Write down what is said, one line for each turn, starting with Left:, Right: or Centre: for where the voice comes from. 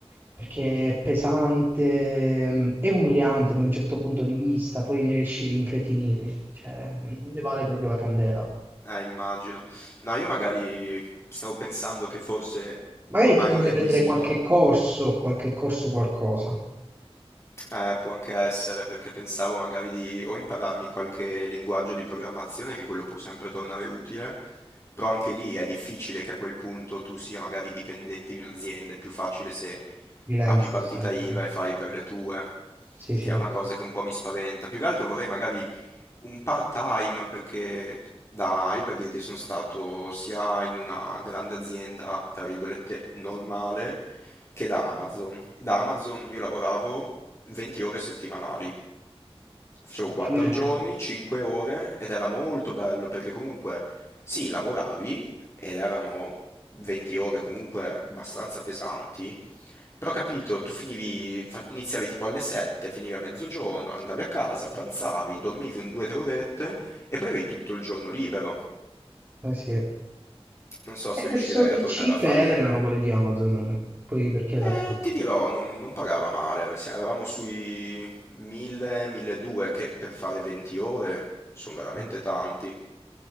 Right: perché è pesante, mm, è umiliante da un certo punto di vista, poi ne esci rincretinito, cioè non ne vale proprio la candela.
Left: eh, immagino. No, io magari stavo pensando che fosse
Right: Magari
Left: ormai
Right: ti conviene
Left: un requisito
Right: prendere qualche corso, qualche corso qualcosa,
Left: Eh, può anche essere perché pensavo magari di o impararmi qualche linguaggio di programmazione, che quello può sempre tornare utile, però anche lì è difficile che a quel punto tu sia magari dipendente di un'azienda, è più facile se
Right: freelancer
Left: apri partita
Right: sempre.
Left: IVA
Right: dai.
Left: e fai per le tue,
Right: Sì, sì.
Left: che è una cosa che un po' mi spaventa. Più che altro vorrei magari un part-time perché da, io per dirti sono stato sia in una grande azienda, tra virgolette, normale, che da Amazon. Da Amazon io lavoravo 20 ore settimanali, facevo 4
Right: Non è...
Left: giorni, 5 ore ed era molto bello perché comunque sì, lavoravi ed erano 20 ore comunque abbastanza pesanti, però ho capito, tu finivi, fa- iniziavi tipo alle 7, finivi a mezzogiorno, andavi a casa, pranzavi, dormivi un 2-3 orette e poi avevi tutto il giorno libero.
Right: Eh sì. E
Left: Non so se riuscirei
Right: verso che
Left: a tornare
Right: cifre
Left: a fare...
Right: erano quelle di Amazon? Poi perché l'ha
Left: Eh, ti dirò, non, non pagava male, se- eravamo sui 1000-1200 che per fare 20 ore sono veramente
Right: eh.
Left: tanti.